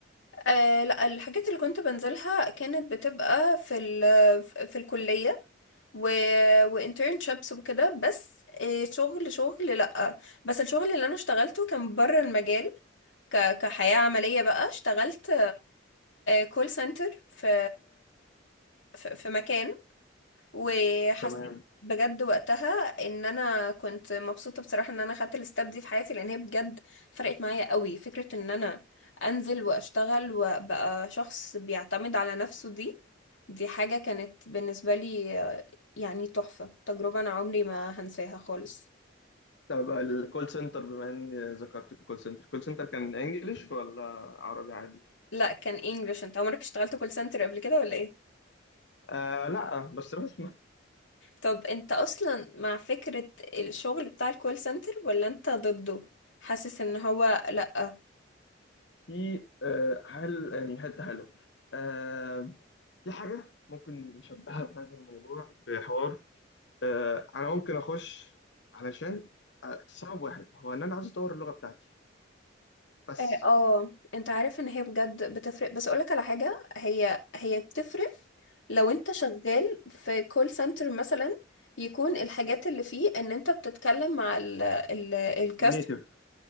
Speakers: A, on the left; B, on the left.
A: أه لا الحاجات اللي كنت بنزلها كانت بتبقى في ال في الكلية و... وانترنشيبس وكده بس إيه، شغل شغل لأ بس الشغل اللي انا اشتغلته كان بره المجال ك... كحياة عملية بقى اشتغلت كول سنتر في في في مكان وحسيت
B: تمام
A: بجد وقتها ان انا كنت مبسوطه بصراحه ان انا خدت الستاب دي في حياتي لان هي بجد فرقت معايا قوي فكره ان انا انزل واشتغل وابقى شخص بيعتمد على نفسه دي دي حاجه كانت بالنسبه لي آه، يعني تحفه تجربه انا عمري ما هنساها خالص
B: طب الكول سنتر بما ان ذكرت الكول سنتر الكول سنتر كان انجليش ولا عربي عادي
A: لا كان انجلش انت عمرك اشتغلت كول سنتر قبل كده ولا ايه
B: آه لا بس بس
A: طب انت اصلا مع فكره الشغل بتاع الكول سنتر ولا انت ضده حاسس ان هو لا
B: في آه، حل يعني حتة حلوة آه، في حاجة ممكن نشبهها بهذا الموضوع بحوار آه، أنا ممكن أخش علشان آه، سبب واحد هو إن أنا عايز أطور اللغة بتاعتي بس
A: اه آه، انت عارف ان هي بجد بتفرق بس اقولك على حاجة هي هي بتفرق لو انت شغال في كول سنتر مثلا يكون الحاجات اللي فيه ان انت بتتكلم مع ال ال الكاست
B: نيتف